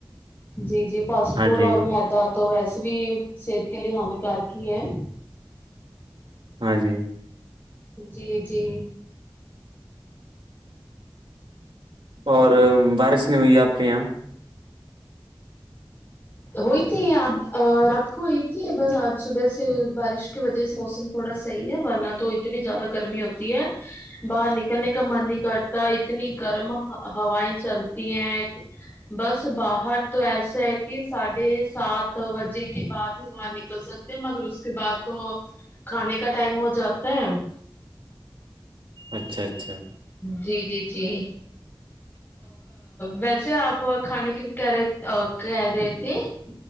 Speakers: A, on the left; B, on the right.
A: جی جی فاسٹ
B: ہاں
A: فوڈ
B: جی
A: اور میں تو ویسے بھی صحت کے لیے ہانی کار ک ہی ہیں
B: ہاں جی
A: جی جی
B: اور بارش نہیں ہوئی ہے آپ کے یہاں
A: ہوئی تھی آ رات کو ہوئی تھی بس آج صبح سے بارش کی وجہ سے موسم تھوڑا صحیح ہے ورنہ تو اتنی زیادہ گرمی ہوتی ہے باہر نکلنے کا من نہیں کرتا اتنی گرم ہوائیں چلتی ہیں بس باہر تو ایسے ہے کہ ساڑھے سات بجے کے بعد ہی وہاں نکل سکتے ہیں مگر اس کے بعد تو کھانے کا ٹائم ہو جاتا ہے ہاں
B: اچھا اچھا
A: جی جی جی ویسے آپ کھانے کی <unintelligible> <unintelligible>